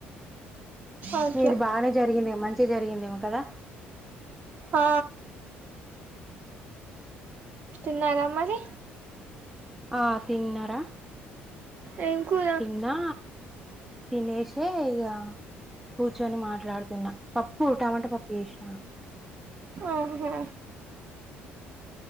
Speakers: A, on the right; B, in the centre.
A: అట్లా
B: న ఇది బానే జరిగింది మంచిగా జరిగిందేమి కదా
A: ఆ చిన్నాగామ్మది
B: ఆ తిన్నార
A: ఏం కూర
B: తిన్నా తినేసే ఇక కూర్చొని మాట్లాడుతున్నా పప్పు ఉంటామంటే పప్పు చేసినాను
A: ఆహా